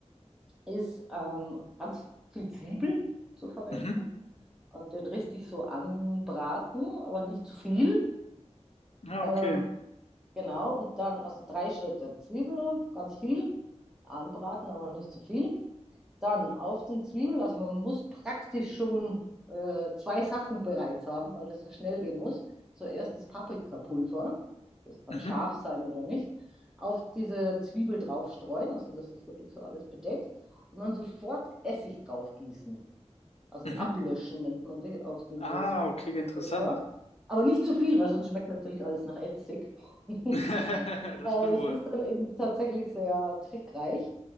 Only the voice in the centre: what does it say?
ist ähm, ganz viel Zwiebel zu verwenden
und den richtig so anbraten, aber nicht zu viel.
Ähm,
genau, und dann also drei Schritte Zwiebel, ganz viel, anbraten, aber nicht zu viel. Dann auf den Zwiebel, also man muss praktisch schon äh, zwei Sachen bereit haben, weil das so schnell gehen muss. Zuerst das Paprikapulver, das kann
scharf sein oder nicht, auf diese Zwiebel draufstreuen, also dass das wirklich so alles bedeckt, und dann sofort Essig draufgießen also
ablöschen nennt man die, auf dieses
Paprikapulver.
Aber nicht zu viel, weil sonst schmeckt natürlich alles nach Essig. <laughs>
Äh,
Das
ist dann eben tatsächlich sehr trickreich.